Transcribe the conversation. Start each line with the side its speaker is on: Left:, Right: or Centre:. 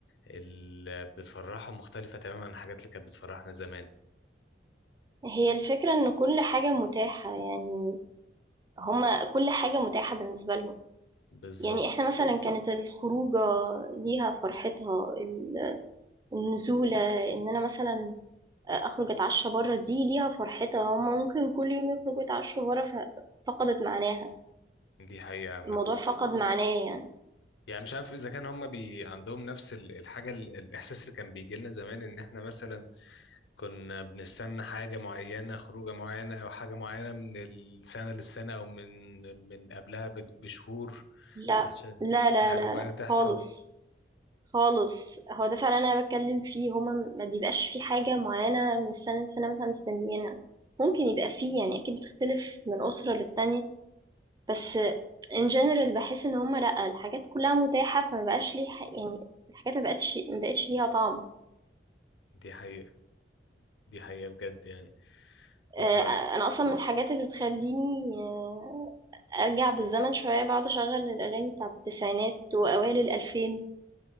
Left: اللي بتفرحهم مختلفة تماما عن الحاجات اللي كانت بتفرحنا زمان
Right: هي الفكرة إن كل حاجة متاحة، يعني هُم كل حاجة متاحة بالنسبة لهم.
Left: بالظبط
Right: يعني إحنا مثلًا بالضبط. كانت الخروجة ليها فرحتها، ال النزولة، إن أنا مثلًا أ أخرج أتعشّى برّه دي ليها فرحتها، هُم ممكن كل يوم يخرجوا يتعشّوا برّه ف فقدت معناها،
Left: دي حقيقة عامة
Right: الموضوع فقد فقد معناه. معناه يعني.
Left: يعني مش عارف اذا كان هم بي عندهم نفس ال- الحاجه ال- الاحساس اللي كان بيجي لنا زمان ان احنا مثلا كنا بنستنى حاجه معينه خروجه معينه او حاجه معينه من السنه للسنه او من من قبلها ب- بشهور
Right: لأ،
Left: عشان
Right: لا، لا،
Left: عشان حاجه
Right: لا،
Left: معينه
Right: لأ
Left: تحصل
Right: خالص. خالص هو ده فعلا انا بتكلم فيه هما م- ما بيبقاش في حاجه معينه من السنه لسنه مثلا مستنيينها ممكن يبقى فيه يعني اكيد بتختلف من اسره للتانية بس in general بحس ان هما لا الحاجات كلها متاحه فما بقاش ليه ح- يعني الحاجات ما بقتش ما بقتش ليها طعم
Left: دي حقيقه دي حقيقه بجد يعني فهم
Right: آه، انا اصلا من الحاجات اللي بتخليني آه، ارجع بالزمن شويه بقعد اشغل الاغاني بتاعه التسعينات واوائل الالفين